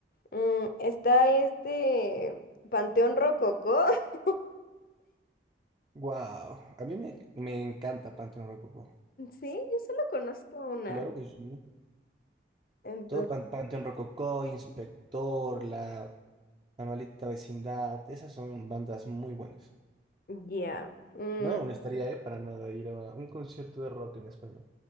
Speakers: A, on the left; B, on the right.
A: Mm, está este Panteón Rococó. <laughs>
B: Wow, a mí me, me encanta Panteón Rococó.
A: Sí, yo solo conozco una.
B: Claro que sí.
A: Entonces,
B: Todo Pan- Panteón Rococó, Inspector, la, la Maldita Vecindad, esas son bandas muy buenas.
A: ya. mm,
B: No me molestaría, eh, para nada ir a un concierto de rock en español.